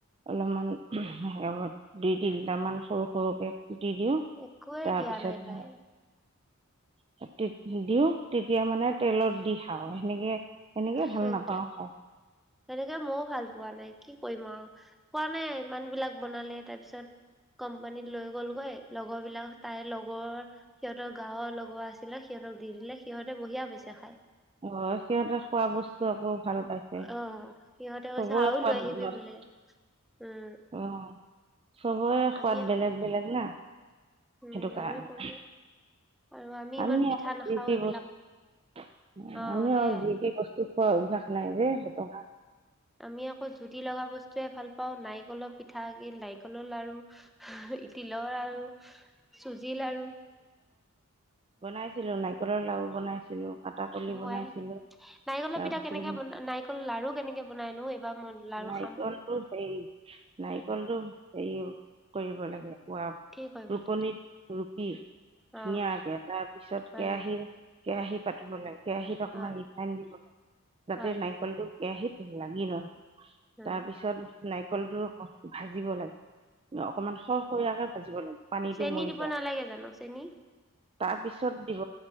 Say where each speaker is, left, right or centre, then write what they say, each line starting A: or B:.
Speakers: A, on the right; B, in the centre.
A: অলপমান <unintelligible> তিনিটামান সৰু- সৰুকে কুটি দিয়ে
B: একোৱে
A: তাৰপিছত
B: দিয়া নাই তাই
A: <unintelligible> দিয়ে তেতিয়া মানে তেলত দি খাও সেনেকে সেনেকে ভাল
B: সেইটোৱে
A: নাপাওঁ খাই
B: হেনেকে ময়ও ভাল পোৱা নাই কি কৰিম আৰু। কোৱা নাই ইমান বিলাক বনালে তাৰ পিছত কোম্পানীত লৈ গলগৈ লগৰ বিলাক তাইৰ লগৰ সিহঁতৰ গাৱৰ লগৰ আছিলে সিহঁতক দি দিলে সিহঁতে বঢ়িয়া পাইছে খাই।
A: অ সিহঁতে খোৱা বস্তু আকৌ ভাল পাইছে
B: অ সিহঁতে
A: চবৰে
B: কৈছে আৰু
A: সোৱাদ
B: লৈ আহিবি
A: <unintelligible>
B: বোলে উম
A: অহ। চবৰে সোৱাদ
B: আমি
A: বেলেগ -বেলেগ না।
B: উম
A: সেইটো কাৰণে
B: আমিও কলো আৰু ইমান
A: আমি
B: পিঠা
A: আৰু
B: নাখাও
A: যি তি
B: সেইবিলাক
A: বস্তু <inaudible>
B: অ
A: আমি
B: সেয়াই
A: আৰু যি তি বস্তু খোৱা অভ্যাস নাই যে সেইটো কাৰনে
B: আমি আকৌ জুতি লগা বস্তুয়ে ভাল পাওঁ নাইকল পিঠা গুৰি নাৰিকলৰ লাৰু। <unintelligible> তিলৰ লাৰু চুজি লাৰু।
A: বনাইছিলো নাৰিকলৰ লাৰু বনাইছিলো। আটা কলি
B: হোৱাই
A: বনাইছিলো
B: নাই নাৰিকলৰ
A: তাৰপিছত
B: পিঠা কেনেকে
A: <inaudible>
B: বনা নাৰিকল লাৰু কেনেকে বনাইনো এইবাৰ মই লাৰু
A: নাৰিকলটো
B: খাম
A: সেই নাৰিকলটো <unintelligible> কৰিব লাগে
B: কি কৰিব
A: ৰুকনিত
B: লাগে
A: ৰুকি
B: অ
A: ধুনীয়াকে তাৰ পিছত
B: হয়
A: কেৰাহীৰ
B: নেকি
A: কেৰাহীত পাতিব লাগে। কেৰাহীত অকমান
B: হয়
A: ৰিফাইন দিব লাগ যাতে
B: হয়
A: নাৰিকলটো কেৰাহীত লাগি নধৰে
B: উম
A: তাৰপিছত নাৰিকলটোৰ ভাজিব লাগে। অকনমান শৰ হৈয়াকে ভাজিব লাগে পানীটো
B: চেনী
A: মৰি
B: দিব
A: যোৱা
B: নালাগে জানো চেনী
A: তাৰপিছত দিব